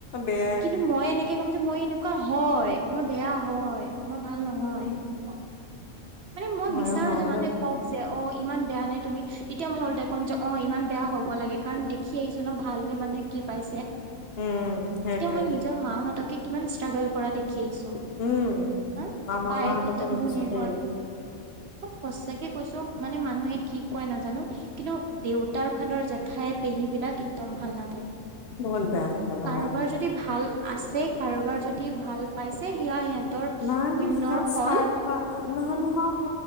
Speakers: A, on the left; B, on the right.
A: বেয়াই।
B: কিন্তু মই এনেকে ক'ম যে মই এনেকুৱা হয়, মই বেয়া হয় মই ভাল নহয়।
A: উম
B: কওঁ মানে মই
A: ময়ো
B: বিচাৰো
A: হওঁ
B: যে মানুহে
A: দে
B: কওক যে অ ইমান বেয়া নে তুমি তেতিয়া মই ওলতাই ক'ম যে অ ইমান বেয়া হ'ব লাগে কাৰণ দেখি আহিছোঁ ন ভাল হয় মানে কি পাইছে
A: উম, সেইটোৱে
B: এতিয়া মই নিজৰ মাহঁতকে কিমান ষ্ট্ৰাগল কৰা দেখি আহিছো।
A: উম,
B: হ
A: আমাৰ
B: বায়েক
A: মাহঁতকো
B: হত
A: দেখিছো
B: মনি
A: দেই
B: হল। ম সচাকে কৈছো মানে মানুহে কি কয় নাজানো। কিন্তু দেউতাৰ ফালৰ জেঠাই পেহী বিলাক একদম ভাল নাথাকে।
A: বহুত বেয়া থাকে জা।
B: কাৰোবাৰ যদি ভাল আছে কাৰোবাৰ যদি ভাল পাইছে সেয়া সিহঁতৰ
A: নাই
B: শূন্যৰ
A: নাই সেয়া
B: ফল।
A: স্বাৰ্থ নহয় নহয়